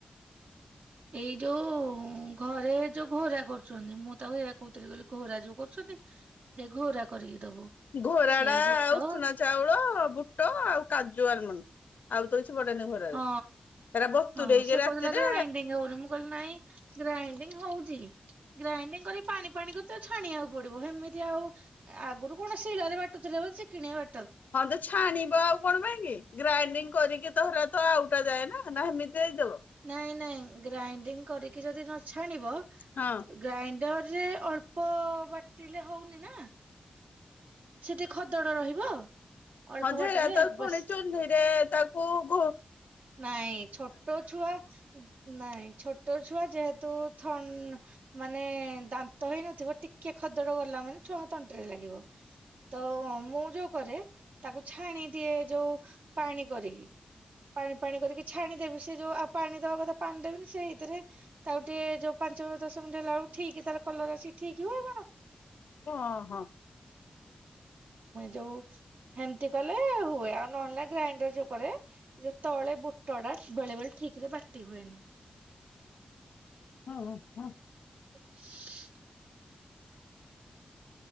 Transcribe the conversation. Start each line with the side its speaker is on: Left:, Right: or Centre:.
Right: ଏଇ ଯୋଉ ଘରେ ଯୋଉ ଘୋରା କରୁଛନ୍ତି ମୁଁ ତାକୁ ଏଇଆ କହୁଥିଲି ବୋଲି ଘୋରା ଯୋଉ କରୁଛନ୍ତି ସେ ଘୋରା କରିକି ଦବୁ।
Left: ଘରାଡା
Right: ସେ ବୁଟ
Left: ଉସୁୁନା ଚାଉଳ ବୁ ଟ ଆଉ କାଜୁ ଆଲମଣ୍ଡ। ଆଉ ତ କିଛି ପଡେନି ଘୋରାରେ
Right: ହଁ
Left: ହେରା ବତୁରେଇକି
Right: ହଁ ସେ
Left: ରାତିରେ
Right: କହୁଥିଲା ଗ୍ରାଇଣ୍ଡିଙ୍ଗ ହଉନି ମୁଁ କହିଲି ନାଇଁ ଗ୍ରାଇଣ୍ଡିଙ୍ଗ ହଉଛି ଗ୍ରାଇଡିଙ୍ଗ କରି ପାଣି ପାଣି କରି ତାକୁ ଛାଣିବାକୁ ପଡିବ ସେମିତି ଆଉ ଆଗରୁ କଣ ଶିଳରେ ବାଟୁଥିଲେ ବୋଲି ସେ କିଣିବା
Left: ହଁ ତ ଛାଣିବ ଆଉ କଣ ପାଇଁ କି? ଗ୍ରାଇଣ୍ଡିଙ୍ଗ କରିକି ତ ହେରାତ ଆଉଟା ଯାଏ ନା ନା ହେମିତି ଦେଇଦବ।
Right: ନାଇଁ ନାଇଁ ଗ୍ରାଇଡିଙ୍ଗ କରିକି ଯଦି ନଛାଣିବ
Left: ହଁ
Right: ଗ୍ରାଇଣ୍ଡର ରେ ଅଳ୍ପ ବାଟିଲେ ହଉନି ନା ସେଠି ଖଦଡ ରହିବ। ଅଳ୍ପ
Left: ହଁଯେ
Right: ବାଟିଲେ
Left: ତାକୁ ପୁଣି
Right: ବସ୍
Left: ଚୁହ୍ନହି ରେ ତା ଓହୋ।
Right: ନାଇଁ ଛୋଟ ଛୁଆ। ନାଇଁ ଛୋଟ ଛୁଆ ଯେହେତୁ ଥ ମାନେ ଦାନ୍ତ ହେଇନଥିବ ଟିକେ ଖଦଡ ଗଲା ମାନେ ଛୁଆଙ୍କ ତଣ୍ଟିରେ ଲାଗିବ ତ ମୁଁ ଯୋଉ କରେ ତାକୁ ଛାଣି ଦିଏ ଯୋଉ ପାଣି କରିକି। ପାଣି ପାଣି କରିକି ଛାଣିଦେବି ସେ ଯୋଉ ଆଉ ପାଣି ଦବା କଥା ପାଣି ଦେବିନି ସେଇଥିରେ ତାକୁ ଟିକେ ଯୋଉ ପାଞ୍ଚ ଦଶ ମିନିଟ ହେଲା ବେଳକୁ ଠିକ ତାର କଲର ଆସିକି ଠିକ ହୁଏ ଆଉ କଣ।
Left: ହଁ ହଁ।
Right: ଯୋଉ ହେମିତି କଲେ ହୁଏ ଆଉ ନହେଲେ ନା ଗ୍ରାଇଣ୍ଡର ଯୋଉ କରେ। ଯେ ତଳେ ବୁଟ ଟା ବେଳେ ବେଳେ ଠିକ ରେ ବାଟି ହୁଏନି।
Left: ହଁ ହଁ।
Right: <inaudible>